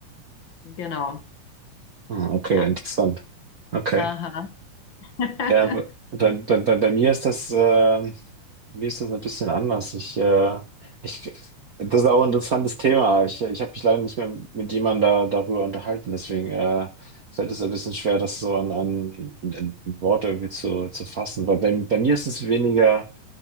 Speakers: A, on the left; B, on the right.
A: genau.
B: Ah, Okay,
A: Ja.
B: interessant. Okay.
A: Aha. <laughs>
B: Ja, aber bei, bei, bei, bei mir ist das, äh, mir ist das ein bisschen anders. Ich, äh, ich, das ist auch ein interessantes Thema. Ich, ich habe mich leider nicht mehr mit jemandem da, darüber unterhalten. Deswegen äh, fällt es ein bisschen schwer, das so an, an, an Worte irgendwie zu, zu fassen. Aber bei, bei mir ist es weniger,